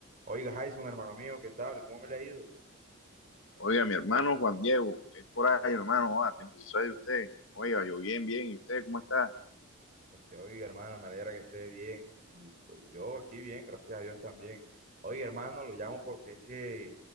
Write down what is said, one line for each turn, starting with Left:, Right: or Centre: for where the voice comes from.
Right: Oiga, Jason, hermano mío, ¿qué tal? ¿Cómo me le ha ido?
Left: Oiga, mi hermano Juan Diego, ¿qué es por ahí, hermano? Ah, tiempo se sabe de usted. Oiga, yo bien, bien. ¿Y usted cómo está?
Right: Este, oiga, hermano, me alegra que esté bien. Y pues yo aquí bien, gracias a Dios también. Oiga, hermano, lo llamo porque es que